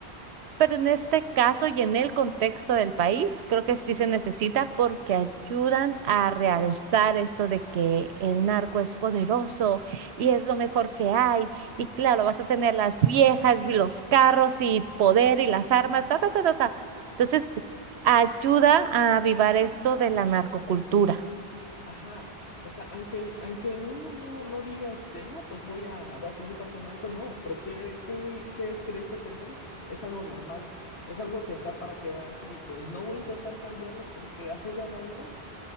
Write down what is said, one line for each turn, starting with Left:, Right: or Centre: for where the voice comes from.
Right: Pero en este caso y en el contexto del país, creo que sí se necesita porque ayudan a realzar esto de que el narco es poderoso y es lo mejor que hay. Y claro, vas a tener las viejas y los carros y poder y las armas, ta, ta, ta, ta, ta. Entonces, ayuda a avivar esto de la narcocultura.
Left: Ajá, o sea, aunque el, aunque el niño no, no diga, este, no, pues voy a, voy a crecer para ser narco, no, pero ¿qué, qué, qué crece pensando? Es algo normal, es algo que está para quedarse y pues no voy a intentar cambiarlo porque así es la realidad.